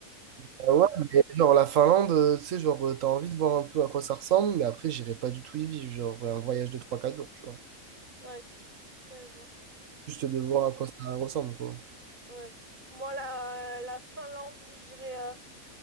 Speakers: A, on the right; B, on the right.
A: Ah ouais, mais genre la Finlande, euh, tu sais, genre euh, t'as envie de voir un peu à quoi ça ressemble, mais après j'irai pas du tout y vivre, genre un voyage de trois quatre jours, tu vois.
B: Ouais, ouais, je vois.
A: Juste de voir à quoi ça ressemble, quoi.
B: Ouais. Moi, la, la Finlande, je dirais. euh,